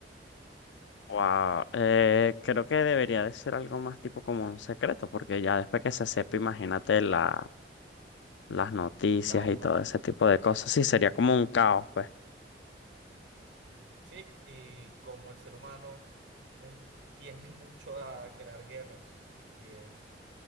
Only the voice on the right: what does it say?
El caos,
¿no?
Sí, y como el ser humano es- <laughs> tiende mucho a crear guerras y es...